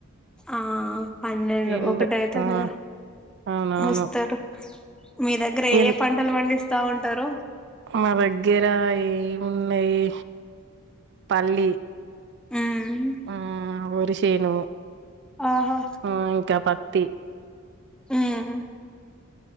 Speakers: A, in the centre; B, on the right.
A: ఆ పన్నెండు
B: ఎండ
A: ఒకటయితాంది
B: ఆ!
A: కదా
B: అవునవును.
A: వస్తారు మీ దగ్గర
B: ఎన్
A: ఏ పంటలు పండిస్తా స్తా ఉంటారు
B: మా దగ్గర ఏము నెయ్యి పల్లి
A: ఉమ్
B: ఆ వరి చేను
A: ఆహా
B: ఆ గా పత్తి
A: ఉమ్